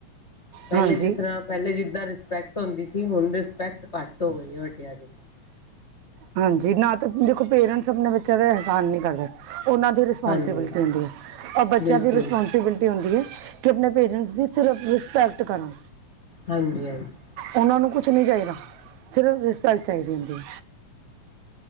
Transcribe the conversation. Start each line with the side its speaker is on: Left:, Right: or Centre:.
Left: ਪਹਿਲੇ
Right: ਹਾਂਜੀ
Left: ਜਿਸ ਤਰ੍ਹਾਂ ਪਹਿਲੇ ਜਿੱਦਾਂ ਰਿਸਪੈਕਟ ਹੁੰਦੀ ਸੀ, ਹੁਣ ਰਿਸਪੈਕਟ ਘੱਟ ਹੋ ਗਈ ਹੈ ਵੱਡਿਆਂ ਦੀ।
Right: ਹਾਂਜੀ ਨਾ ਤਾਂ ਦੇਖੋ, ਪੇਰੈਂਟਸ ਆਪਣੇ ਬੱਚਿਆਂ ਦਾ ਅਹਿਸਾਨ ਨਹੀਂ ਕਰਦਾ ਉਹਨਾਂ ਦੇ <unintelligible>
Left: ਹਾਂਜੀ
Right: ਔਰ ਬੱਚਿਆ
Left: ਬਿਲਕੁਲ
Right: ਦੀ ਰਿਸ ਬੇਟੀ ਹੁੰਦੀ ਹੈ, ਕਿ ਆਪਣੇ ਪੇਰੈਂਟਸ ਦੀ ਸਿਰਫ ਰਿਸਪੈਕਟ ਕਰਾ।
Left: ਹਾਂਜੀ ਹਾਂਜੀ
Right: ਉਹਨਾਂ ਨੂੰ ਕੁਛ ਨੀ ਚਾਹੀਦਾ, ਸਿਰਫ ਰਿਸਪੈਕਟ ਚਾਹੀਦੀ ਹੁੰਦੀ।